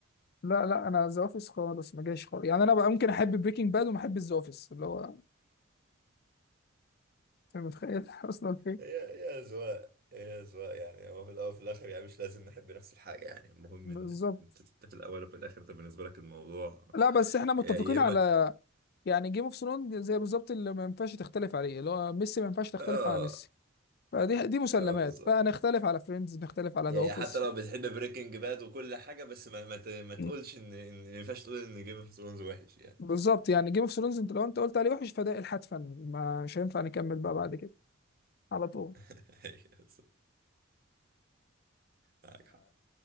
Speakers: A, on the left; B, on the right.
A: لا لا انا ذا اوفيس خالص ما جايش خالص يعني انا بقى ممكن احب بريكنج باد وما احب ذا اوفيس اللي هو انت متخيل <laughs> اصلا فين
B: هي هي اذواق هي اذواق يعني هو في الاول وفي الاخر يعني مش لازم نحب نفس الحاجه يعني المهم
A: بالظبط
B: ان انت أنت في الاول وفي الاخر ده بالنسبه لك الموضوع
A: لا بس احنا متفقين
B: يا يا اما
A: على يعني جيم اوف ثرونز زي بالظبط اللي ما ينفعش تختلف عليه اللي هو ميسي ما ينفعش تختلف
B: اه
A: على ميسي فدي دي مسلمات
B: اه بالظبط
A: بقى نختلف على فريندز نختلف على
B: يعني
A: ذا اوفيس
B: حتى لو بتحب بريكنج باد وكل حاجة بس ما ما, ت... ما تقولش
A: مم.
B: ان ان ما ينفعش تقول ان جيم اوف ثرونز وحش يعني
A: بالظبط يعني جيم اوف ثرونز انت لو انت قلت عليه وحش فده الحتفا ما مش هينفع نكمل بقى بعد كده على طول
B: <laughs> أيوة بالظبط. معاك حق